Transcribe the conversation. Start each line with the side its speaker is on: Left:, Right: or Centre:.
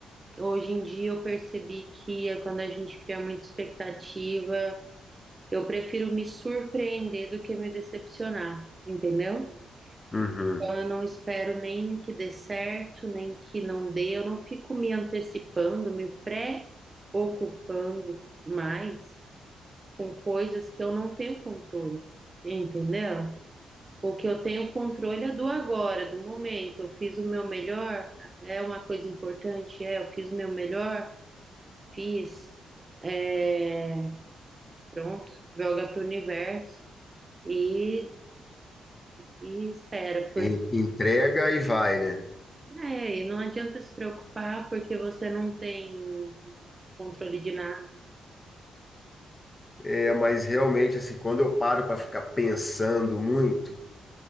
Right: Hoje em dia eu percebi que eh, quando a gente cria muita expectativa, eu prefiro me surpreender do que me decepcionar, entendeu?
Left: uhum.
Right: Então eu não espero nem que dê certo, nem que não dê, eu não fico me antecipando, me pré-ocupando mais com coisas que eu não tenho controle, entendeu? O que eu tenho controle é do agora, do momento. Eu fiz o meu melhor, é uma coisa importante, é, eu fiz o meu melhor, fiz, é, pronto, joga para o universo e, e espera, porque
Left: En- Entrega e vai, né?
Right: é, e não adianta se preocupar porque você não tem controle de nada.
Left: É, mas realmente, assim, quando eu paro para ficar pensando muito,